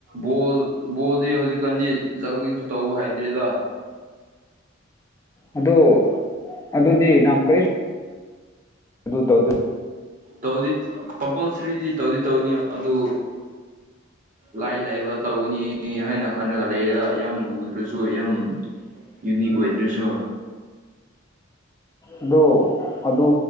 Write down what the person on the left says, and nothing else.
ꯑꯗꯨ ꯑꯗꯨꯗꯤ ꯅꯪ ꯀ꯭ꯔꯤꯁ ꯑꯗꯨ
ꯑꯗꯨ ꯑꯗꯨ